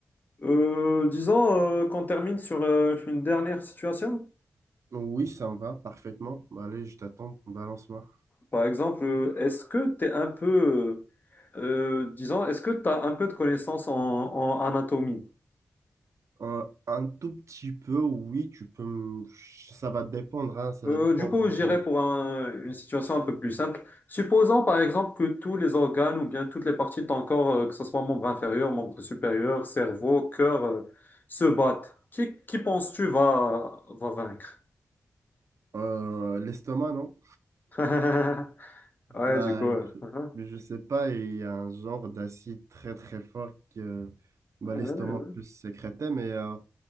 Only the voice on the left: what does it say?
Euh, disons euh, qu'on termine sur euh, une dernière situation.
Par exemple, euh, est-ce que tu es un peu. euh, Euh, disons, est-ce que tu as un peu de connaissances en, en anatomie?
Euh,
du coup, j'irai
pour un- une situation un peu plus simple. Supposons par exemple que tous les organes ou bien toutes les parties de ton corps, euh, que ce soit membre inférieur, membre supérieur, cerveau, cœur, euh, se battent. Qui, qui penses-tu va, va vaincre?
<laughs> Ouais,
du coup. euh,
<laughs>
ouais,
ouais.